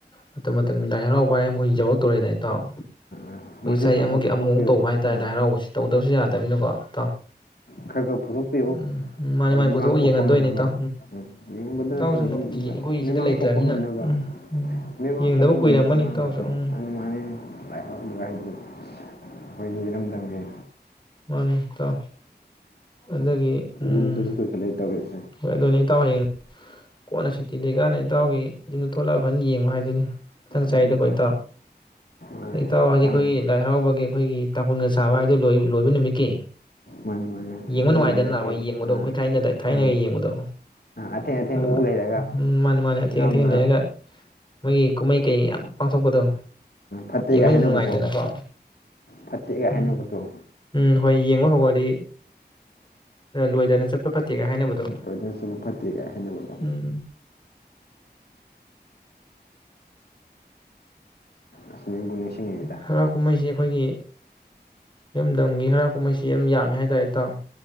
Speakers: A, on the left; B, on the left.
A: ꯃꯇꯝ ꯃꯇꯝꯒꯤ ꯂꯥꯏ ꯍꯔꯥꯎꯕ ꯍꯥꯏ ꯑꯃꯨꯛ ꯍꯧꯖꯤꯛ ꯌꯧꯔꯛꯇꯧꯔꯦꯗꯅ ꯏꯇꯥꯎ꯫ ꯑꯩꯈꯣꯏ
B: ꯑ. ꯃꯣꯏꯁꯨ
A: ꯆꯍꯤ
B: ꯈꯔ
A: ꯑꯃꯒꯤ
B: ꯈꯔ ꯄꯨꯊꯣꯛꯄꯤꯌꯨ
A: ꯑꯃꯨꯃꯨꯛꯇꯧꯕ ꯍꯥꯏꯇꯥꯔꯦ
B: ꯎꯝ
A: ꯂꯥꯏ ꯍꯔꯥꯎꯕꯁꯤ ꯇꯧꯗꯕꯁꯨ ꯌꯥꯗ ꯇꯞꯃꯤꯅꯀꯣ ꯏꯇꯥꯎ
B: ꯈꯔ ꯈꯔ ꯄꯨꯊꯣꯛꯄꯤꯎ
A: ꯎꯝ ꯎꯝ ꯃꯥꯅꯦ
B: ꯍꯥꯏꯗꯤ
A: ꯃꯥꯅꯦ
B: ꯃꯤꯃꯥꯡ
A: ꯄꯨꯊꯣꯛꯑ
B: ꯊꯣꯛꯄ
A: ꯌꯦꯡꯍꯟꯗꯣꯏꯅꯤ
B: ꯉꯝꯅꯕ
A: ꯏꯇꯥꯎ
B: ꯎꯝ ꯌꯦꯡꯕꯇ
A: ꯏꯇꯥꯎꯁꯨ
B: ꯅꯠꯇꯅ
A: ꯑꯩꯈꯣꯏ ꯁꯤꯗ
B: ꯃꯤꯃꯥꯡ
A: ꯂꯩꯇ꯭ꯔꯕꯅꯤꯅ
B: ꯊꯣꯛꯄ ꯉꯝꯅꯕ
A: ꯎꯝ ꯎꯝ
B: ꯃꯤꯃꯥꯡ
A: ꯌꯦꯡꯗꯕ
B: ꯊꯣꯛꯄ
A: ꯀꯨꯏꯔꯝꯃꯅꯤ
B: ꯉꯝꯅꯕ ꯑꯉꯥꯡꯗꯨꯁꯨ
A: ꯏꯇꯥꯎꯁꯨ ꯎꯝ
B: ꯑꯗꯨ ꯃꯥꯅ ꯂꯥꯏ ꯍꯔꯥꯎꯕꯒ ꯍꯥꯏꯗꯨ ꯑꯩꯈꯣꯏꯒꯤ ꯏꯔꯝꯗꯝꯒꯤ
A: ꯃꯥꯅꯤ ꯏꯇꯥꯎ ꯑꯗꯨꯗꯒꯤ ꯎꯝ
B: ꯎꯗꯕ ꯀꯨꯏꯁꯤꯜꯂꯛꯑꯦ ꯇꯧꯔꯤꯁ
A: ꯍꯣꯏ ꯑꯗꯨꯅꯤ ꯏꯇꯥꯎ ꯍꯌꯦꯡ ꯀꯣꯟꯅ ꯁꯨꯇꯤ ꯂꯩꯀꯥꯟꯅ ꯏꯇꯥꯎꯒꯤ ꯌꯨꯝꯗ ꯊꯣꯛꯂꯛꯑ ꯐꯖꯅ ꯌꯦꯡꯕ ꯍꯥꯏꯗꯨꯅꯤ ꯃꯊꯪ ꯆꯍꯤꯥꯗꯀꯣ
B: ꯃꯥꯅꯤ ꯃꯥꯅꯤ
A: ꯏꯇꯥꯎ꯫
B: ꯃꯥꯅꯤ
A: ꯏꯇꯥꯎ ꯍꯣꯏꯗꯤ
B: ꯃꯇꯥꯡ
A: ꯈꯣꯏꯒꯤ ꯂꯥꯏ ꯍꯔꯥꯎꯕꯒꯤ ꯑꯩꯈꯣꯏꯒꯤ ꯇꯥꯡꯈꯨꯟꯒ ꯁꯥꯕ ꯍꯥꯏꯗꯣ ꯂꯣꯏ ꯂꯣꯏꯕꯕ ꯅꯨꯃꯤꯠꯀꯤ
B: ꯃꯥꯅꯤ ꯃꯥꯅꯤ
A: ꯌꯦꯡꯕ
B: ꯑꯔꯣꯏꯕ
A: ꯅꯨꯡꯉꯥꯏꯗꯅ
B: ꯅꯨꯃꯤꯠꯀꯤ
A: ꯑꯩꯈꯣꯏ ꯌꯦꯡꯕꯗꯣ
B: ꯑꯥ
A: ꯑꯩꯈꯣꯏ ꯊꯥꯏꯅꯗ ꯊꯥꯏꯅꯒ
B: ꯑꯥ
A: ꯌꯦꯡꯕꯗꯣ꯫
B: ꯑꯊꯦꯡ ꯑꯊꯦꯡꯕꯕꯨ
A: ꯑꯗꯨꯝꯕ
B: ꯂꯩꯔꯒ
A: ꯎꯝ ꯃꯥꯅꯦ ꯃꯥꯅꯦ ꯑꯊꯦꯡ
B: ꯃꯌꯥꯝꯅ
A: ꯑꯊꯦꯡ ꯂꯩꯔꯒ ꯃꯣꯏꯒꯤ ꯀꯨꯝꯍꯩ ꯀꯩ ꯌꯥꯝ ꯄꯥꯡꯊꯣꯛꯄꯗꯣ
B: ꯐꯠꯇꯦꯒ
A: ꯌꯦꯡꯕꯁꯨ
B: ꯍꯥꯏꯅꯕꯗꯣ
A: ꯌꯥꯝ ꯅꯨꯡꯉꯥꯏꯗꯅꯀꯣ
B: ꯐꯠꯇꯦꯒ
A: ꯎꯝ
B: ꯍꯥꯏꯅꯕꯗꯣ
A: ꯎꯝ ꯍꯣꯏ ꯌꯦꯡꯕ ꯍꯧꯔꯗꯤ ꯂꯣꯏꯗꯅ ꯆꯠꯄ ꯐꯠꯇꯦꯒ ꯍꯥꯏꯅꯕꯗꯣ
B: <unintelligible> ꯐꯠꯇꯦꯒꯥꯏ <unintelligible>
A: ꯎꯝ
B: ꯑꯁ ꯅꯤꯡꯕꯨ ꯅꯤꯡꯁꯤꯡꯉꯛꯏꯗ
A: ꯍꯔꯥꯎ ꯀꯨꯝꯍꯩꯁꯦ ꯑꯩꯈꯣꯏꯒꯤ ꯏꯔꯝꯗꯝꯒꯤ ꯍꯔꯥꯎ ꯀꯨꯝꯍꯩꯁꯤ ꯌꯥꯝ ꯌꯥꯝꯃꯦ ꯍꯥꯏꯇꯥꯔꯦ ꯏꯇꯥꯎ